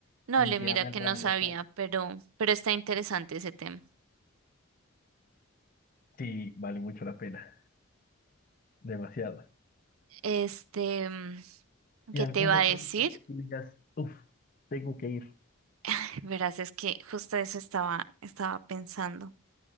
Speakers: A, on the right (about 75°); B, on the left (about 40°).
A: No,
B: ni
A: le
B: se
A: mira
B: llama
A: que
B: el Rally
A: no sabía,
B: Dakar.
A: pero, pero está interesante ese tema.
B: Sí, vale mucho la pena, demasiado.
A: Este, mm,
B: y
A: ¿qué
B: algún
A: te iba
B: otro
A: a decir?
B: lugar que tú digas, uff, tengo que ir.
A: <laughs> Verás, es que justo eso estaba, estaba pensando.